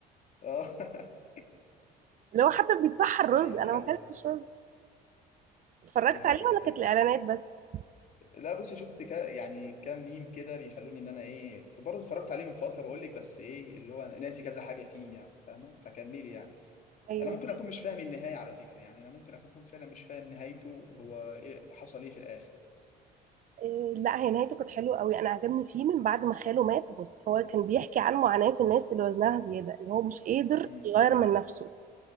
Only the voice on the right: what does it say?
اللي هو حتى بيتصحى الرز
انا
ما اكلتش رز اتفرجت
عليه ولا
كانت الاعلانات بس
ايوه
إيه لا هي نهايته كانت حلوه قوي انا عجبني فيه من بعد ما خاله مات بص هو كان بيحكي عن معاناه الناس اللي وزنها زياده اللي هو مش قادر
يغير من نفسه